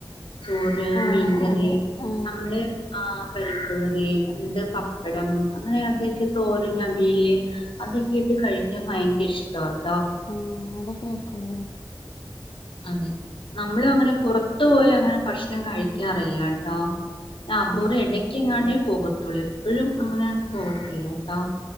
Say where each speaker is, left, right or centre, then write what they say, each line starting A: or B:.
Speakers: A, on the left; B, on the left.
A: ചോറ്
B: ആ
A: മീൻകറി
B: അതെ ആ
A: നമ്മള് ആ പരിപ്പ് കറി അങ്ങത്തെ പപ്പടം അങ്ങനെ അന്തൊക്കെ തോരൻ, അവിയൽ അതൊക്കെയിട്ട് കഴിക്കാൻ ഭയങ്കര ഇഷ്ട ചോർ
B: ഹും അതൊക്കെ വെക്കൂലേ
A: അതെ നമ്മള് അങ്ങനെ പുറത്തു പോയി അങ്ങനെ ഭക്ഷണം കഴിക്കാറില്ലാട്ടോ അബൂർ
B: ആ
A: ഇടയ്ക്ക് എങ്ങാണ്ട് പോകത്തുള്ളൂ എപ്പോഴും അങ്ങനെ പോകത്തില്ല ട്ടോ